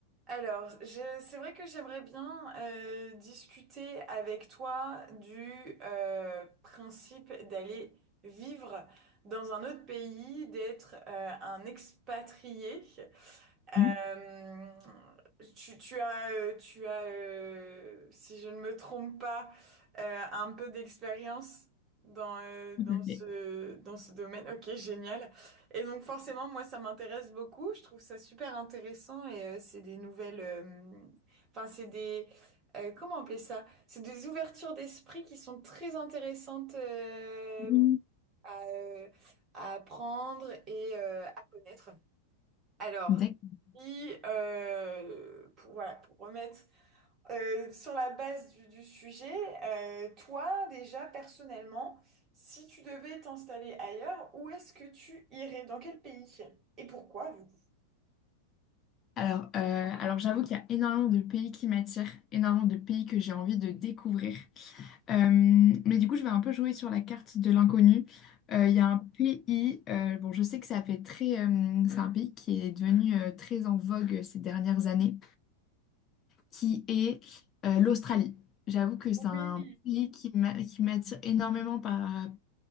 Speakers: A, on the right; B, on the left.
A: Alors, je- c'est vrai que j'aimerais bien euh, discuter avec toi du euh, principe d'aller vivre dans un autre pays, d'être euh, un expatrié. Euh,
B: Mmh.
A: tu, tu as, euh, tu as euh, si je ne me trompe pas, euh, un peu d'expérience dans, euh, dans
B: Tout à
A: ce,
B: fait.
A: dans ce domaine. Ok, génial. Et donc forcément, moi, ça m'intéresse beaucoup. Je trouve ça super intéressant et euh, c'est des nouvelles... euh, Enfin, c'est des... euh, comment appeler ça? C'est des ouvertures d'esprit qui sont très intéressantes euh,
B: Mmh.
A: à, euh, à apprendre et euh, à connaître. Alors,
B: D'accord.
A: et euh, pour, voilà, pour remettre euh, sur la base du, du sujet, euh, toi déjà personnellement, si tu devais t'installer ailleurs, où est-ce que tu irais? Dans quel pays? Et pourquoi du coup?
B: Alors, euh, alors j'avoue qu'il y a énormément de pays qui m'attirent, énormément de pays que j'ai envie de découvrir. Euh, mais du coup, je vais un peu jouer sur la carte de l'inconnu. Euh, Il y a un pays, euh, bon, je sais que ça fait très, euh, c'est un pays qui est devenu euh, très en vogue ces dernières années, qui est euh, l'Australie. J'avoue que c'est
A: Oui,
B: un pays qui m'a- qui m'attire énormément par,